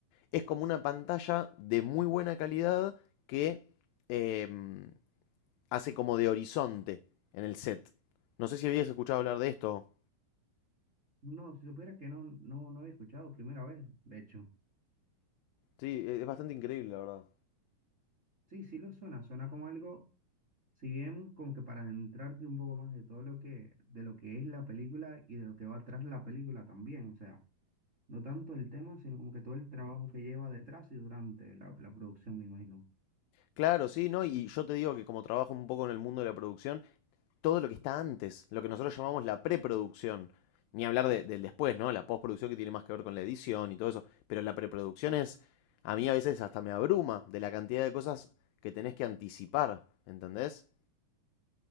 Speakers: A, on the left; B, on the right.
A: Es como una pantalla de muy buena calidad que em, hace como de horizonte en el set. No sé si habías escuchado hablar de esto.
B: No, si supiera que no, no, no he escuchado primera vez, de hecho.
A: Sí, e-, es bastante increíble, la verdad.
B: Sí, sí lo suena, suena como algo, si bien como que para adentrarte un poco más de todo lo que, de lo que es la película y de lo que va atrás la película también, o sea. No tanto el tema, sino como que todo el trabajo que lleva detrás y durante la, la producción, me imagino.
A: Claro, sí, ¿no? Y yo te digo que como trabajo un poco en el mundo de la producción, todo lo que está antes, lo que nosotros llamamos la preproducción, ni hablar de- del después, ¿no? La postproducción que tiene más que ver con la edición y todo eso, pero la preproducción es, a mí a veces hasta me abruma de la cantidad de cosas que tenés que anticipar, ¿entendés?